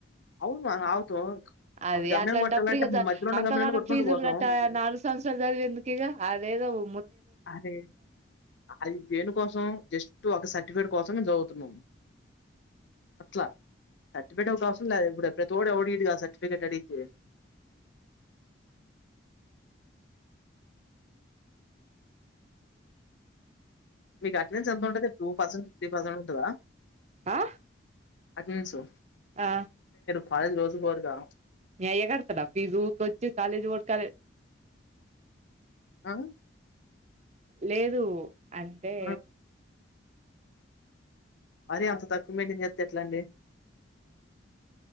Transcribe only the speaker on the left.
అవును మనం ఆగుతాం
ఒక గమ్యం
కొట్టాలంటే
మధ్యలో ఉన్న
గమ్యాన్ని కొట్టుకుంటూ
పోతాం
అరే అది దేను కోసం జస్ట్ ఒక సర్టిఫికేట్ కోసంేము చదువుతున్నాం అట్లా సర్టిఫికేట్ ఒక అవసం లేదు ఇప్పు ప్రతి ఒ ఎడి సర్టిఫికేట్ అడిగితే మీకు అట నుంచి ఎంత ఉంటంది టూ పసంట్ త్రీ పర్సెంట్ ఉంటదా
అగ సో
ఫయ రోజబరుగా
ఆ
ఆ అరే అంత తక్కువ మేటిని చెస్త ఎట్లాండి